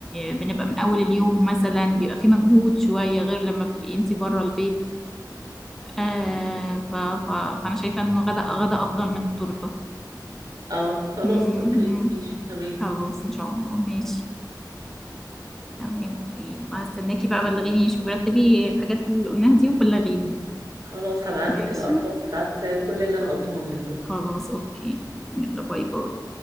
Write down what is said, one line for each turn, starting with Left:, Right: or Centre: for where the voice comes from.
Centre: بنبقى من اول اليوم مثلا بيبقى في مجهود شويه غير لما بتبقي انتي بره البيت آه ف... ف... فأنا شايفة إنه غدا غدا أفضل من التورتة
Right: اه خلاص
Centre: مم.
Right: اوكي ماشي تمام
Centre: خلاص إن شاء الله ماشي تمام أوكي هستناكي بقى بلغيني شوفي رتبي الحاجات اللي قلناها دي وبلغيني
Right: خلاص هبعتلك
Centre: ماشي
Right: الأرقام بتاعت كل اللي أنا قلتهم لك دول
Centre: خلاص أوكي يلا باي باي